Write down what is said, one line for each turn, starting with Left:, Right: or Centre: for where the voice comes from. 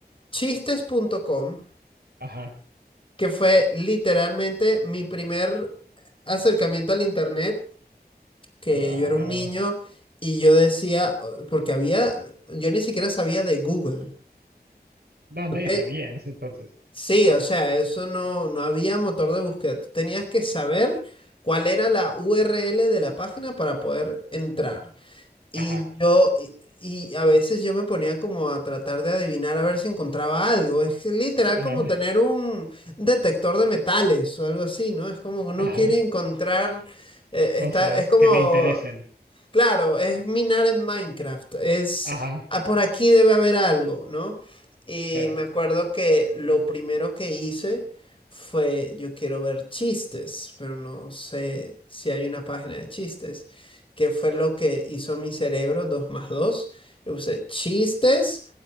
Left: chistes.com,
Right: Ajá,
Left: que fue literalmente mi primer acercamiento al internet, que
Right: wow.
Left: yo era un niño y yo decía, porque había, yo ni siquiera sabía de Google.
Right: No,
Left: ¿ok?
Right: nadie sabía en ese entonces.
Left: Sí, o sea, eso no, no había motor de búsqueda. Tú tenías que saber cuál era la URL de la página para poder entrar. Y
Right: Ajá,
Left: yo, y, y a veces yo me ponía como a tratar de adivinar a ver si encontraba algo. Es literal
Right: ajá,
Left: como tener un detector de metales o algo así, ¿no? Es como que uno
Right: ajá.
Left: quiere encontrar, eh, está,
Right: Cosas
Left: es como
Right: que le interesen.
Left: Claro, es minar en Minecraft. Es,
Right: Ajá,
Left: ah, por aquí debe haber algo, ¿no? Y
Right: claro.
Left: me acuerdo que lo primero que hice fue, yo quiero ver chistes, pero no sé si hay una página de chistes, que fue lo que hizo mi cerebro, 2 más 2. Yo usé chistes